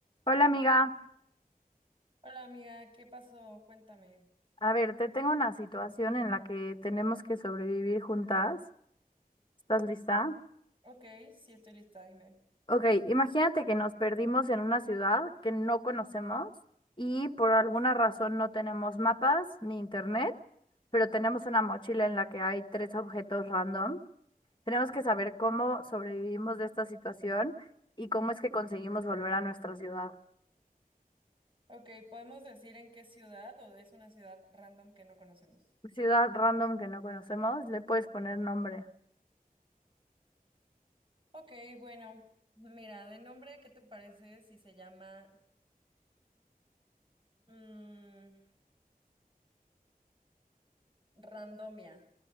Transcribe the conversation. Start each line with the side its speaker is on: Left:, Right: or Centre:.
Left: Hola amiga,
Right: Hola amiga, ¿qué pasó? Cuéntame.
Left: a ver, te tengo una situación en la que tenemos que sobrevivir juntas. ¿Estás lista?
Right: Ok, sí estoy lista, dime.
Left: Ok, imagínate que nos perdimos en una ciudad que no conocemos y por alguna razón no tenemos mapas ni internet, pero tenemos una mochila en la que hay tres objetos random. Tenemos que saber cómo sobrevivimos de esta situación y cómo es que conseguimos volver a nuestra ciudad.
Right: Ok, ¿podemos decir en qué ciudad o es una ciudad random que no conocemos?
Left: Ciudad random que no conocemos, le puedes poner nombre.
Right: Ok, bueno, mira, de nombre, ¿qué te parece si se llama mm, randomia?